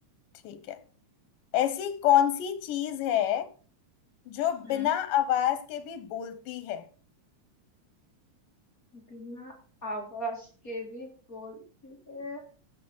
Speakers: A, on the left; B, on the left.
A: ठीक है ऐसी कौन सी चीज है जो
B: हम्म
A: बिना आवाज के भी बोलती है
B: बिना आवाज के भी बोलती है